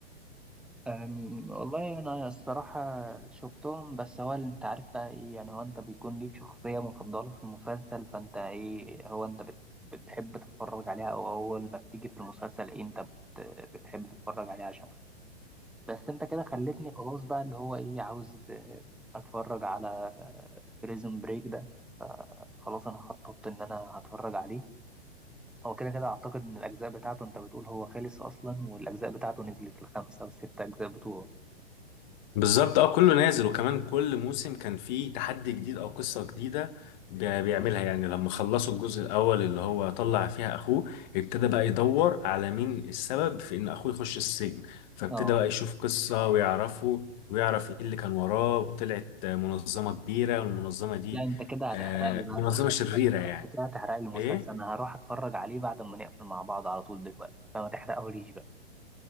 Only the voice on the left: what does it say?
بالظبط اه كله نازل وكمان كل موسم كان فيه تحدي جديد او قصة جديدة بي- بيعملها يعني لما خلصوا الجزء الاول اللي هو طلع فيها اخوه ابتدى بقى يدور على مين السبب في ان اخوه يخش السجن فابتدى
بقى يشوف قصة ويعرفه ويعرف ايه اللي كان وراه وطلعت منظمة كبيرة والمنظمة دي
آه
منظمة
شريرة يعني
ايه